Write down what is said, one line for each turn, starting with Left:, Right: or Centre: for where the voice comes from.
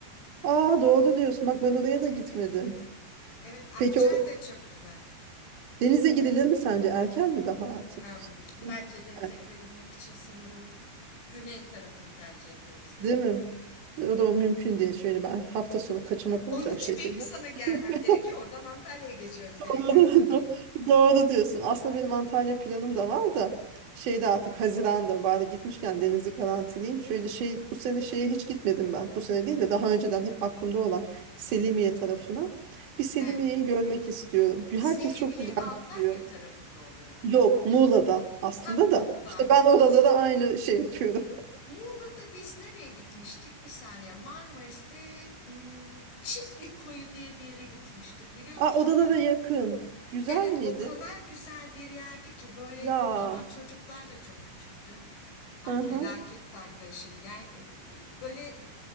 Right: Aa doğru diyorsun. Bak ben oraya da gitmedim.
Left: Evet. Evet Akçay
Right: Peki o
Left: da çok güzel.
Right: denize girilir mi sence? Erken mi daha artık?
Left: Em, Bence denize
Right: Erken.
Left: girebilmek için sanırım güney tarafını tercih etmemiz gerekiyor.
Right: Değil mi? O da o mümkün değil. Şöyle ben hafta sonu kaçamak
Left: Onun
Right: olacak
Left: için
Right: şekilde.
Left: benim sana gelmem
Right: <laughs>
Left: gerekiyor. Oradan Antalya'ya geçmemiz gerekiyor
Right: Doğru,
Left: sanırım.
Right: <laughs> do- doğru diyorsun. Aslında benim Antalya planım da var da şeyde artık Haziran'da bari gitmişken denizi garantileyim. Şöyle şey bu sene şeye hiç gitmedim ben. Bu sene değil de daha önceden hep aklımda olan Selimiye tarafına. Bir Selimiye'yi
Left: E,
Right: görmek istiyorum. Herkes
Left: Selimiye
Right: çok güzel
Left: Antalya
Right: diyor.
Left: tarafında oluyor.
Right: Yok Muğla'da aslında
Left: Ha Muğla,
Right: da. İşte
Left: Muğla.
Right: ben oralara aynı şey yapıyorum.
Left: Muğla'da biz nereye gitmiştik? Bir saniye. Marmaris'te hmm, Çiftlik Koyu diye bir yere gitmiştik. Biliyor
Right: Aa,
Left: musun
Right: oralara
Left: sen?
Right: yakın. Güzel
Left: Evet
Right: miydi?
Left: o kadar güzel bir yerdi ki böyle
Right: Ya.
Left: o zaman çocuklar da çok küçüktü. Ay
Right: Aha.
Left: felaketti arkadaşım. Yani e, e, böyle